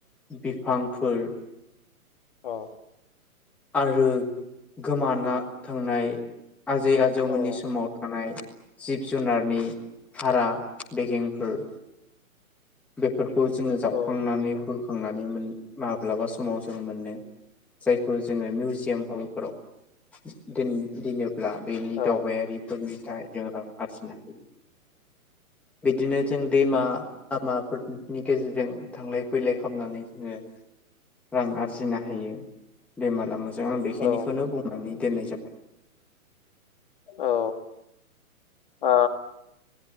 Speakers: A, in the centre; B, on the left.
A: बिफांफोर
B: औ
A: आरो गोमाना थांनाय आजै आजौमोननि
B: औ
A: समाव थानाय जिब जुनारनि भारा दैगेंफोर बेफोरखौ जोङो जावखांनानै
B: औ
A: बुरखांनानै मोन माब्लाबा समाव जों मोनो जायखौ जोङो मिउजियाम हलफोराव दोन दोनोब्ला बेनि
B: औ
A: दावबायारिफोरनि थाखाय जों रां आरजिनो हायो बिदिनो जों दैमा लामाफोरनि गेजेरजों थांलाय फैलाय खामनानै जोङो रां आरजिनो हायो बेमाला मोजां आं बेखिनिखौनो
B: औ
A: बुंनानै दोननाय जाबाय।
B: औ आ